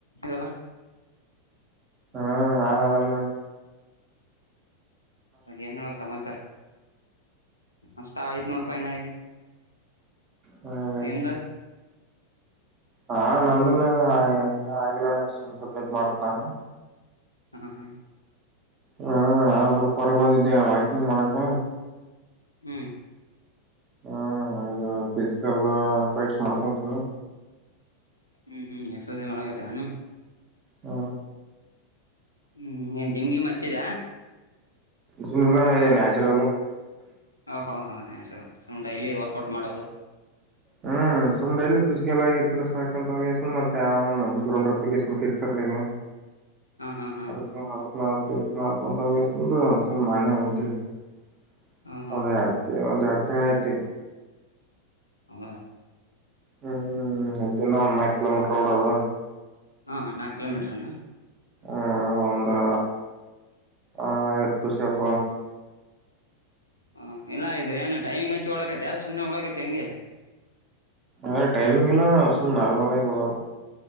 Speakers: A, on the left; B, on the right.
A: ಇದಲ್ಲ
B: ಹ್ಮ ನಾನು ಆರಾಮ ಇದಿನಿ
A: ಏನ್ ಹೇಳು ಸಮಾಚಾರ ಅಷ್ಟ ಆಯ್ತ್ ನೋಡಪ್ಪ ಇನ್ನ ಈಗ
B: ಹಾಗತ
A: ನಿಂದ
B: ಹಾ ನಂದನ್ ಆಗಿಲ್ಲ ಅಣ್ಣ ಇನ್ನ ಸ್ವಲ್ಪ ಒತ್ತು ನಿಂತು ಮಾಡ್ತೀನಿ ನಾನು
A: ಹ್ಮ ಹಾ
B: ಹ್ಮ ನಾನ ಸ್ವಲ್ಪ ಹೊರಗೆ ಬಂದಿದ್ದೆ ವಾಕಿಂಗ್ ಮಾಡಕ
A: ಹ್ಮ್
B: ಹ್ಮ ಫಿಸಿಕಲ್ ಪ್ರಾಕ್ಟೀಸ್ ಮಾಡ್ಕೊಂತೀನಿ
A: ಹ್ಮ್ ಹ್ಮ್ ಎಕ್ಸಸೈಜ್ ಮಾಡಕತ್ತ ಹಾನು
B: ಹ್ಮ
A: ಹ್ಮ್ ಏನ್ ಜಿಮ್ಗೆಿಮ್ ಹಚ್ಚಿದ
B: ಸುಂದ್ರಾನ ಇದೆ ನ್ಯಚುರಲ್
A: ಓ ಹ ಹ ಹ ಸರ್ ಸು್ ಡೈಲಿ ವರ್ಕೌಟ್ ಮಾಡೋದು
B: ಹ್ಮ್ ಸುಮ್ನೆ ಇಲ್ಲಿ ಪುಜಿಗೆಲ್ಲಗ ಸಾಕಂತ ಮತ್ತ ಗ್ರಮ್ ಅಪ್ಲಿಕೇಶನ್ ಇರ್ತರ್ಗ
A: ಹಾ ಹಾ ಹಾ
B: ಅ ಹ ನ ಸಂತ ವಸ್ದ ಅಸಲ್ ಮಾನೆ ಒಂಟ <unintelligible>
A: ಹಾ ಹಾ
B: ಒಂದು ಅಡ್ ಒಂದು ಅಡ್ <unintelligible> ಹತ್ತ
A: ಹ
B: ಹ್ಮ್ ದಿನ್ನ ನಾಲ್ಕು ಕಿಲೋಮೀಟರ್ ಹೂಡೋದು
A: ಹಾ ನಾಕು ಕಿಲೋಮೀಟರ್ನಾ
B: ಹ್ಮ ಒಂದ್ರ ಆ ಇತ್ತುಷಪ
A: ಹ ಎಲ್ಲ ಇದು ಏನು ಟೈಮಿಂಗ್ ಹಚ್ಚ ಓಡಕತ್ತ ಸುಮನೆ ಓಡಾಕತ್ತ ಹೆಂಗೆ
B: ಅ ಟೈಮಿಂಗ್ ಎಲ್ಲ ಸುಮ ನಾರ್ಮಲ ಆಗೀ ಹೋಡೋದು